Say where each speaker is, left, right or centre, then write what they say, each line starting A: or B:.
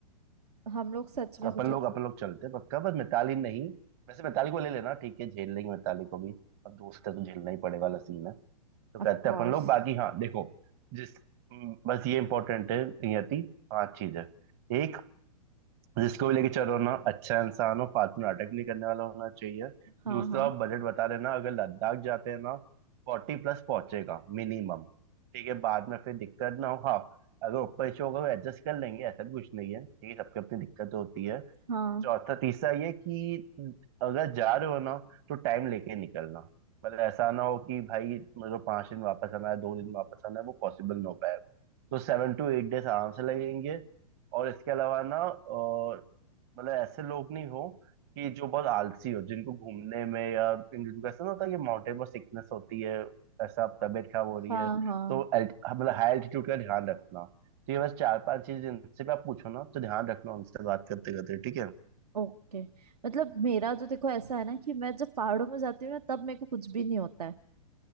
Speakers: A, on the right; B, on the right.
A: हम लोग सच में
B: अपन
A: कुछ
B: लोग अपन लोग चलते हैं पक्का बस मिताली नहीं वैसे मिताली को ले लेना ठीक है झेल लेंगे मिताली को भी अब दोस्त है तो झेलना ही पड़ेगा वाला सीन है तो कहते
A: Of
B: हैं
A: course
B: अपन लोग बाकी हाँ देखो जिस बस ये इंपॉर्टेंट है नियति पांच चीजें एक जिसको भी लेके चलो ना अच्छा इंसान हो फालतू नाटक नहीं करने वाला होना चाहिए
A: हाँ
B: दूसरा
A: हाँ
B: आप बजट बता देना अगर लद्दाख जाते हैं ना फोर्टी प्लस पहुंचेगा मिनिमम ठीक है बाद में फिर दिक्कत ना हो हाँ अगर ऊपर नीचे होगा तो एडजस्ट कर लेंगे ऐसा भी कुछ नहीं है ठीक है सबकी अपनी दिक्कत होती है
A: हाँ
B: चौथा तीसरा ये कि अगर जा रहे हो ना तो टाइम लेके निकलना मतलब ऐसा ना हो कि भाई मतलब पांच दिन वापस आना है दो दिन वापस आना है वो पॉसिबल ना हो पाएगा तो सेवन टू एट डेज आराम से लगेंगे और इसके अलावा ना अ, मतलब ऐसे लोग नहीं हो कि जो बहुत आलसी हो जिनको घूमने में या जिनको ऐसा ना होता है कि माउंटेन पर सिकनेस होती है ऐसा अब तबीयत खराब हो रही
A: हाँ
B: है
A: हाँ
B: तो alt- मतलब हाई एल्टीट्यूड का ध्यान रखना तो ये बस चार पांच चीज इनसे भी आप पूछो ना तो ध्यान रखना उनसे बात करते करते ठीक है
A: ओके मतलब मेरा तो देखो ऐसा है ना कि मैं जब पहाड़ों में जाती हूँ ना तब मेरे को कुछ भी नहीं होता है